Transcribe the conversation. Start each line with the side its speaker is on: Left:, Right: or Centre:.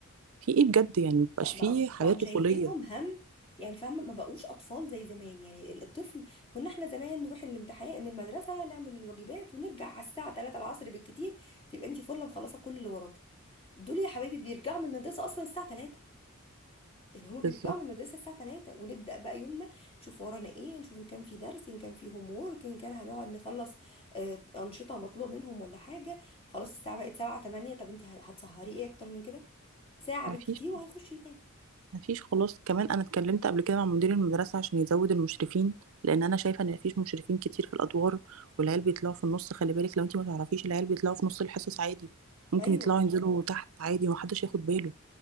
Right: في ايه بجد يعني مبقاش
Left: لا بقوا
Right: فيه حياه
Left: بقوا مشيلينهم
Right: طفوليه
Left: هم يعني فاهمه ما بقوش اطفال زي زمان يعني ال- الطفل كنا احنا زمان نروح الامتحان المدرسه نعمل الواجبات ونرجع على الساعه 3 العصر بالكتير تبقى انت فله مخلصه كل اللي وراكي دول يا حبايبي بيرجعوا من المدرسه اصلا الساعه 3 يعني هما بيرجعوا
Right: بالظبط
Left: من المدرسه الساعه 3 ونبدا بقى يومنا نشوف ورانا ايه نشوف ان كان في درس ان كان في هوم وورك ان كان هنقعد نخلص آه، انشطه مطلوبه منهم ولا حاجه خلاص الساعه بقت 7 8 طب انت هتسهري ايه اكتر من كده ساعه
Right: مفيش
Left: بالكتير وهيخش تاني
Right: مفيش خلاص كمان انا اتكلمت قبل كده مع مدير المدرسه عشان يزود المشرفين لان انا شايفه ان مفيش مشرفين كتير في الادوار والعيال بيطلعوا في النص خلي بالك لو انت ما تعرفيش العيال بيطلعوا في نص الحصص عادي ممكن
Left: ايوه
Right: يطلعوا ينزلوا تحت عادي ومحدش ياخد باله